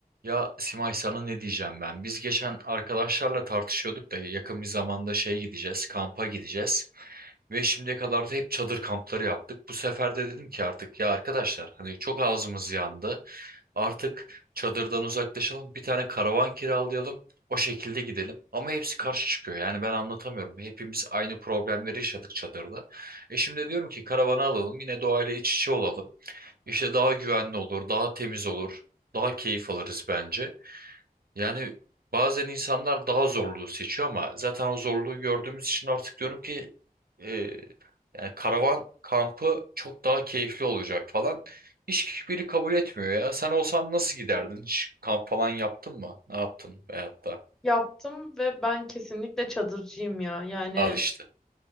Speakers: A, on the right; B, in the centre.
A: Ya Simay sana ne diyeceğim ben? Biz geçen arkadaşlarla tartışıyorduk da yakın bir zamanda şeye gideceğiz, kampa gideceğiz. Ve şimdiye kadar da hep çadır kampları yaptık. Bu sefer de dedim ki artık ya arkadaşlar hani çok ağzımız yandı. Artık çadırdan uzaklaşalım, bir tane karavan kiralayalım. O şekilde gidelim. Ama hepsi karşı çıkıyor. Yani ben anlatamıyorum. Hepimiz aynı problemleri yaşadık çadırda. E şimdi diyorum ki karavanı alalım, yine doğayla iç içe olalım. İşte daha güvenli olur, daha temiz olur, daha keyif alırız bence. Yani bazen insanlar daha zorluğu seçiyor ama zaten o zorluğu gördüğümüz için artık diyorum ki e, yani karavan kampı çok daha keyifli olacak falan. Hiç biri kabul etmiyor ya. Sen olsan nasıl giderdin? Hiç kamp falan yaptın mı? Ne yaptın? Veyahut da
B: Yaptım ve ben kesinlikle çadırcıyım ya. Yani
A: al işte.